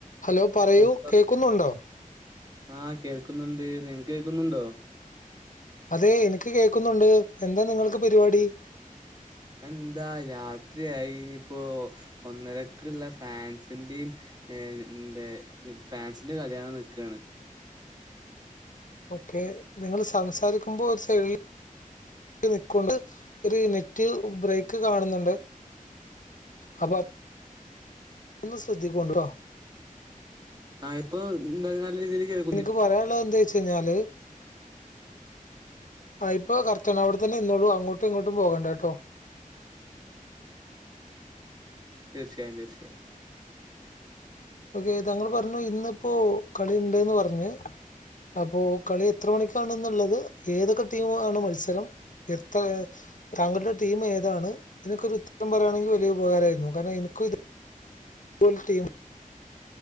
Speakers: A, on the left; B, on the right.
A: Hello പറയൂ
B: hello
A: കേക്കുന്നുണ്ടോ
B: ആഹ് കേൾക്കുന്നുണ്ട് നിങ്ങൾ ക് കേക്കുന്നുണ്ടോ.
A: അതെ എനിക്ക് കേൾക്കുന്നുണ്ട്. എന്താ നിങ്ങൾക്ക് പരിപാടി.
B: എന്താ രാത്രിയായി ഇനിപ്പോ ഒന്നരക്കുള്ള ഫ്രാൻസിന്റിം ഏഹ് എന്തെ ഫ്രാൻസിന്റെ കളി കാണാൻ നിൽക്കണ്.
A: ഓക്കെ നിങ്ങൾ സംസാരിക്കുമ്പോ ഒരു സൈൽ നിക്കൊണ്ട് ഒരു നെറ്റ് ബ്രേക്ക് കാണുന്നുണ്ട്. അപ്പ ഒന്ന് ശ്രദ്ധിക്കൊണ്ടിട്ടോ.
B: ആഹ് ഇപ്പ നല്ല രീതിയിൽ കേൾ
A: എനിക്ക് പറയാള്ളത് എന്താച്ചഴിഞ്ഞാല്. ആ ഇപ്പോ കർറ്റാണ് അവിടെ തന്നെ നിന്നോളൂ അങ്ങോട്ടും ഇങ്ങോട്ടും പോകേണ്ടട്ടോ.
B: തീർച്ചയായും തീർച്ചായും
A: ഓക്കെ. താങ്കൾ പറഞ്ഞു ഇന്നിപ്പോ കളിണ്ട്ന്ന് പറഞ്ഞ്. അപ്പൊ കളി എത്ര മണിക്കാണ്ന്നുള്ളത്. ഏതൊക്കെ ടീം ആണ് മത്സരം. എത്രയാ? താങ്കളുടെ ടീം ഏതാണ്. നിനക്കൊരു ഉത്തരം പറയുകയാണെങ്കി വലിയ ഉപകാരായിരുന്നു കാരണം എനിക്കു ഇത് പോൾ ടീം